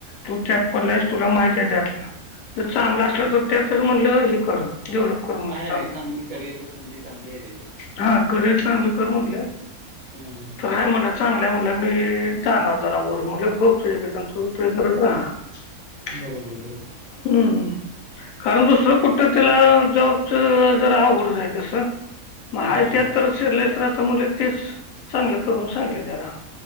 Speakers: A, on the left; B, on the right.
A: तू त्यात पडलायस, तुला माहिती आहे त्यातलं. जर
B: होय
A: चांगलं
B: होय
A: असलं तर त्यातच म्हणलं हे कर डेव्हलप. कर म्हणलं
B: आहे आहे,
A: चांगलं
B: चांगली करिअरला संधी चांगली आहे त्याच्यात.
A: हा, करिअर चांगलं कर म्हणलं.
B: हम्म.
A: तर आहे म्हणला, चांगल आहे म्हणाला मी जाणार जरा वर. मग म्हणलं बघ तुझ्या बेतानं, तु प्रयत्न करत राहा. त
B: बरोबर बरोबर.
A: हम्म, कारण दुसरं कुठं त्याला जॉबच जरा अवघडच आहे तसं. मग हाय
B: हां
A: त्यात तर शिरलास तर, आता म्हणलं तेच चांगलं कर म्हणून सांगितले त्याला.